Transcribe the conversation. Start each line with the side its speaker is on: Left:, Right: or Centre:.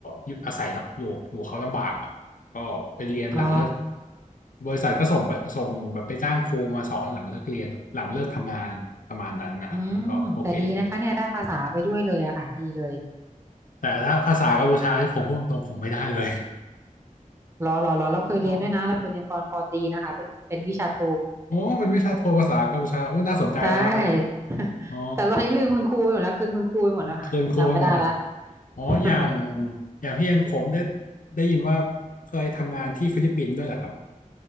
Left: อยู่อาศัยลำอยู่อยู่เขาลำบากอะก็ไปเรียนหลังเลิก
Right: อ๋อ
Left: บริษัทก็ส่งไปส่งแบบไปจ้างครูมาสอนหลังเลิกเรียนหลังเลิกทำงานประมาณนั้นนะครับมันก็โอเคขึ้น
Right: อืมแต่ดีนะคะเนี่ยได้ภาษาไปด้วยเลยอะค่ะดีเลย
Left: แต่ถ้าภาษากัมพูชาที่ยผมพูดตรงๆผมไม่ได้เลย
Right: รอรอรอเราเคยเรียนด้วยนะเราเคยเรียนตอนปอตรีนะคะเป็นเป็นวิชาโท
Left: เพราะโอ้เป็นวิชาโทภาษากัมพูชาโอ้น่าสนใจนะครับเนี่ย
Right: ใช่ <laughs>
Left: อ๋อ
Right: แต่ตอนนี้ลืมคุณครูไปหมดแล้วคืนคุณครูไปหมดแล้วค่ะจำไม่ได้ละ
Left: เคินโคไปหมดนะอ๋ออย่าง
Right: <laughs>
Left: อย่างพี่เองผมได้ได้ยินว่าเคยทำงานที่ฟิลิปปินส์ด้วยเหรอครับ